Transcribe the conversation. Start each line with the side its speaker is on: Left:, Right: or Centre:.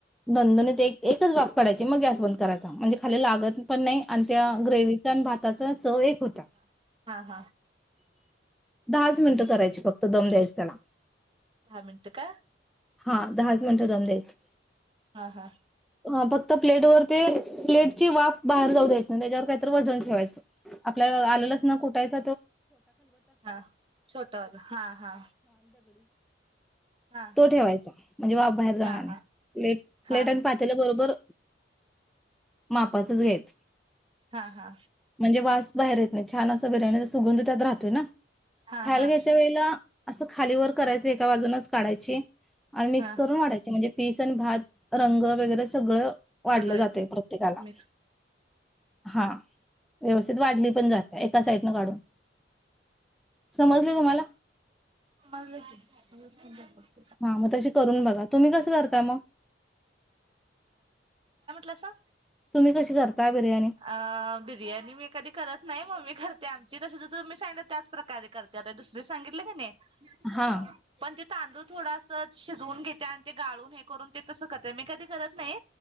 Centre: नंदनेत एकच बाप करायची मग गॅस बंद करायची म्हणजे खा लागत पण नाही आणि त्या ग्रेव आणि भात त्याचा च एक होता
Right: हा हा हा
Centre: दहाच मिनिटं करायची फक्त दम द्यायच त्याला
Right: दहा मिनट का
Centre: हा दहा म्हणत दमच
Right: हा हा
Centre: ह प तर प्लेट वर ते प्लेटची वाफ बाहेर जाऊ द्यायचं ना त्याच्यावर काहीत वजन ठेवायचं आपल्या
Right: हा
Centre: आलेलं कुाोछ
Right: हा छोट हा हा हा
Centre: तो ठेवायचा म्हणजे बा बाहेर जाणार
Right: हा
Centre: नाही
Right: हा
Centre: पले प्लेट
Right: हा
Centre: आणि पातेला बरोबर मापचच घ्यायचं
Right: हा हा
Centre: म्हणजे वास बाहेर येत नाही छान असा बिराण्याचा सुगंध त्यात राहतोय ना
Right: हा
Centre: खायला
Right: हा
Centre: घ्यायच्या वेळेला असं खाली वर करायचं एका बाजूनच काढायची आणि मिक्स
Right: हा
Centre: करून वाटायचे म्हणजे पीस आणि भात रंग वगरे आपलं सगळं वाढलं
Right: सगळं
Centre: जाते
Right: येते
Centre: प्रत्येकाला
Right: मिक्स
Centre: हा व्यवस्थित वाढली पण जाते सा ना काढून समजलं तुम्हाला
Right: म क
Centre: हा मग तशी करून बघा तुम्ही कस करता मग
Right: कसा
Centre: तुम्ही कशी करता बिर्याणी?
Right: अ बिर्याणी मी कधी करत नाही मम्मी करते आम जिथ तु्ी सां त्याच प्रकारे कर तेता दुसर सांगितले का नाही
Centre: हा.
Right: पण ति तांदू थोडा शिजवून घेते ते गाळून हे करून ते तसं करत आहे मी कधी कर नाही